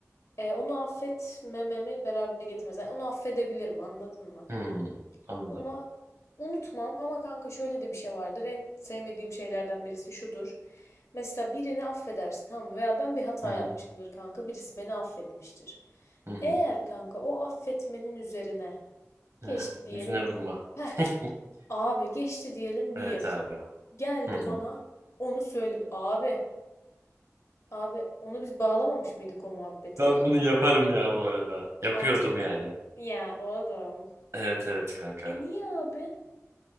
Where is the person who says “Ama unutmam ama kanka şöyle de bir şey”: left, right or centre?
Left